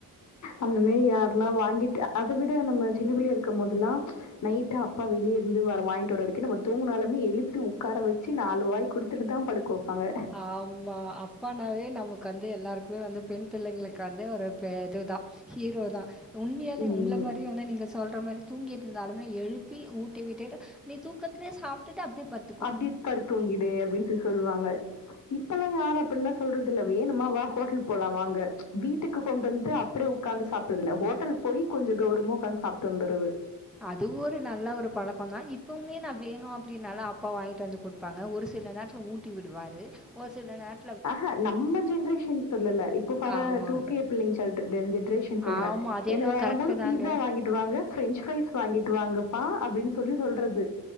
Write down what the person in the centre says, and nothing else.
ஆமா அப்பானாவே நமக்கு வந்து எல்லாருக்குமே வந்து பெண் பிள்ளைங்களுக்கு வந்து ஒரு பெ இதுதா ஹீரோ தா உண்மையாலே
உங்கள மாரி வேணா நீங்க சொல்ற மாரி தூங்கிருந்தாலுமே எழுப்பி ஊட்டி விட்டுட்டு நீ தூக்கத்லே சாப்டுட்டு அப்டியே பட்
அதுவு ஒரு நல்ல ஒரு பழக்கோ தா இப்பவுமே நா வேணு அப்டின்னாலு அப்பா வாங்கிட்டு வந்து குடுப்பாங்க ஒரு சில நேரத்துல ஊட்டி விடுவாரு ஒரு சில நேரத்
ஆமா.
ஆமா. அது
என்னவோ
கரெக்ட்டு
தாங்க.